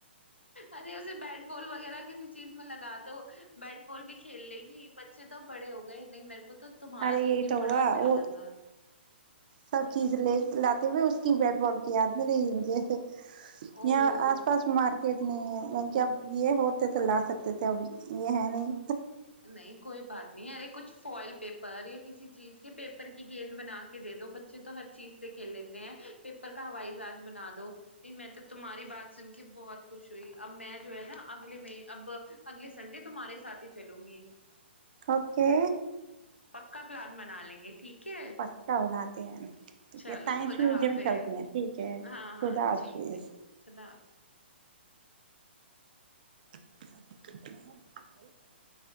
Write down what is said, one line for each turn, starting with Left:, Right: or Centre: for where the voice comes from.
Left: ارے اسے بیٹ بال وغیرہ کسی چیز میں لگا دو بیٹ بال بھی کھیل لے گی بچے تو بڑے ہو گئے نہیں میرے کو تو تمہارا
Right: ارے یہی
Left: سن کے
Right: تو
Left: بڑا
Right: ہوا
Left: اچھا
Right: وہ
Left: لگا
Right: سب چیز لے لاتے ہوئے اس کی بیٹ بال کی یاد میں رہی مجھے
Left: او
Right: یہاں
Left: ہو
Right: آس پاس مارکی کٹنی ہے م اب یہ ہوتے تو لا سکتے تھے اب یہ ہے نہیں
Left: نہیں کوئی بات نہیں رے کچھ فوائل پیپر پر یا کسی چیز کے پیپر پ کی گیند بنا کے دے دو بچے تو ہر چیز سے کھیل لیتے ہیں پیپر کا ہوائی جہاز بنا دو نہیں میں تو تمہاری بات سن کے بہت خوش ہوئی اب میں جو ہے نا اگلے میں اب اگلے سنڈے تمہارے ساتھ چلوں گی
Right: اوکے
Left: کا پلان بنا لیں گے ٹھیک ہے
Right: پستا بناتے ہیں
Left: چلو
Right: سائنس
Left: خدا
Right: میزم
Left: حافظ
Right: چلتے ہیں ٹھیک ہے
Left: ہاں ہاں
Right: خدا حافظ
Left: ٹھیک ہے خدا حافظ
Right: <inaudible>